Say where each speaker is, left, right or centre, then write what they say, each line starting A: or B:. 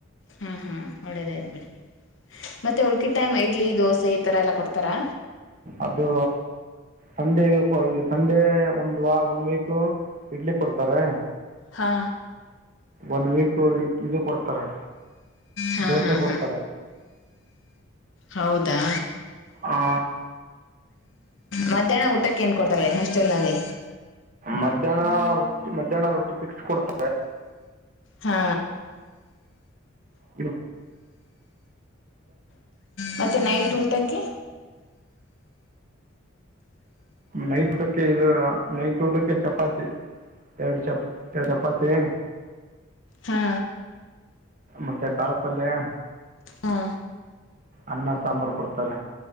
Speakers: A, on the left; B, on the right.
A: ಹಾ ಹಾ ಒಳ್ಳೇದಯ್ತ್ು ಬಿೇಡಿ ಮತ್ತೆ ಉಳ್ಕಿ ಟೈಮ್ ಇಡ್ಲಿ ದೋಸೆ ಈ ತರ ಎಲ್ಲ ಕೊಡ್ತಾರಾ
B: ಅದು ಸಂಡೇ ಸಂಡೇ ಒಂದ್ ವ ಒಂದ ವೀಕ್ ಇಡ್ಲಿ ಕೊಡ್ತಾರೆ
A: ಹಾ
B: ಒನ್ ವೀಕ್ ಇದು ಕೊಡ್ತಾರೆ
A: ಹಾ
B: ದೋಸ
A: ಹಾ
B: ಕೊಡ್ತಾರೆ
A: ಹಾ ಹೌದಾ
B: ಆ
A: ಮಧ್ಯಾಹ್ನ ಊಟಕ್ಕೆ ಏನ್ ಕೊಡ್ತಾರೆ ಹಾಸ್ಟೆಲ್ ನಲ್ಲಿ
B: ಮಧ್ಯಾಹ್ನ ರೊಟ್ಟಿ ಮಧ್ಯಾಹ್ನ ರೊಟ್ಟಿ ಪಿಕ್ಸ್ ಕೊಡ್ತ
A: ಹಾ
B: ಇ
A: ಮತ್ತೆ ನೈಟ್ ಊಟಕ್ಕೆ
B: ನೈಟ್ ಊಟಕ್ಕೆ ಇದು ನೈಟ್ ಊಟಕ್ಕೆ ಚಪಾತಿ ಎರಡು ಚಪ ಎರಡು ಚಪಾತಿ
A: ಹಾ
B: ಮತ್ತೆ ಕಾಳಪಲ್ಯ
A: ಹಾ
B: ಅನ್ನ ಸಾಂಬಾರ್ು ಕೊಡ್ತಾರೆ